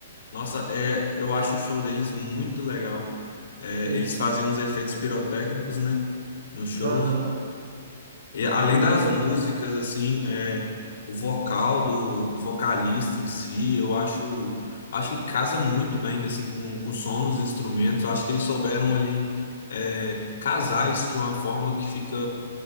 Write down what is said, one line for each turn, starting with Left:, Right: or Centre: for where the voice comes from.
Left: nossa, é, eu acho o show deles muito legal. É,
Right: Sim,
Left: eles fazem uns efeitos pirotécnicos, né, nos shows.
Right: aham,
Left: E além
Right: é bem
Left: das
Right: legal.
Left: músicas, assim, é, o vocal do, do vocalista em si, eu acho, acho que casa muito bem, assim, com, com o som dos instrumentos. Eu acho que eles souberam ali, é, casar isso de uma forma que fica,